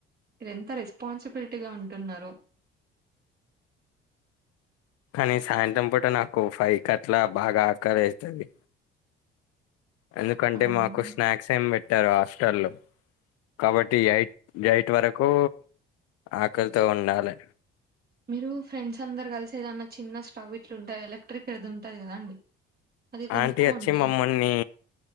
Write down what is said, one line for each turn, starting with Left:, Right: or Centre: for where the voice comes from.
Right: మీరు ఎంత రెస్పాన్సిబిలిటీగా ఉంటున్నారు
Left: నే సాయంత్రం పూట నాకు ఫైకట్లా బాగా ఆకలేస్తుంది ఎందుకంటే
Right: అవునా
Left: మాకు స్నాక్స్ ఏం పెట్టరు హాస్టల్లో కాబట్టి ఎయిట్ ఎయిట్ వరకు ఆకలితో ఉండాలి
Right: మీరు ఫ్రెండ్స్ అందరు కలిసి ఏదాన్న చిన్న స్టవ్ ఇట్లు ఉంటాయి ఎలక్ట్రిక్ అది ఉంటది కదా అండి అది కొనుక్కోండి
Left: ఆంటీ వచ్చి మమ్మల్ని